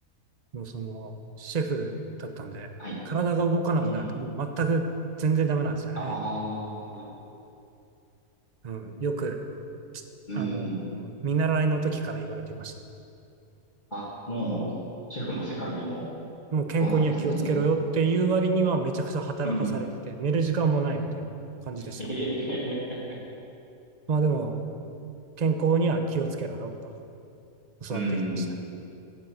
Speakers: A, on the right; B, on the left.
A: もうその、シェフだったんで、
B: はい。
A: 体が動かなくなると、
B: うん。
A: もう全く全然ダメなんですよね。
B: ああ、
A: うん、よく、
B: うん。
A: あの、見習いの時から言われてました。
B: あ、もう、シェフの世界でも、
A: もう健康には気をつけろよっていう割にはめちゃくちゃ働かされてて、
B: そうなんですね。うん。
A: 寝る時間もないみたいな感じでしたけど。
B: <laughs> ええ
A: まあでも、健康には気をつけろよと教わってきましたね。
B: うん。